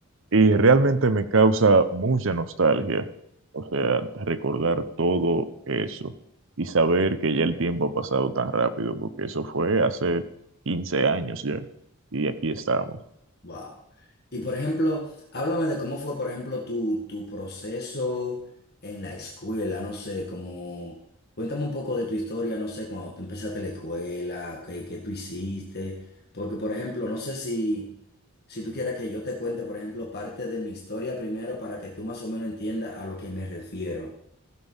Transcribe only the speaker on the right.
Y realmente me causa mucha nostalgia, o sea, recordar todo eso y saber que ya el tiempo ha pasado tan rápido, porque eso fue hace 15 años ya, y aquí estamos.